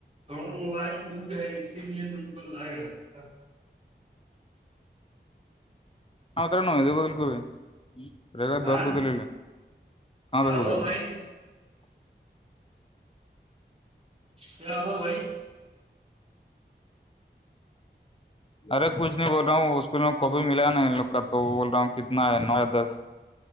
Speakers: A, on the right; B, on the left.
A: تھڑ موبائل دور ہے اسی لیے ت کو لائ رہا تھا
B: ہاںترا ن د کودل کوو ر گا
A: ہاں
B: دس کو دل کاں
A: کیا
B: دس
A: ہوا
B: کو دل
A: بھائی کیا ہوا بھائی
B: ارے کچھ نہیں بول رہا ہوں اسکول میں کاپی ملا نا ان لوگ کا تو بول رہا ہوں کتنا ہے نو یا دس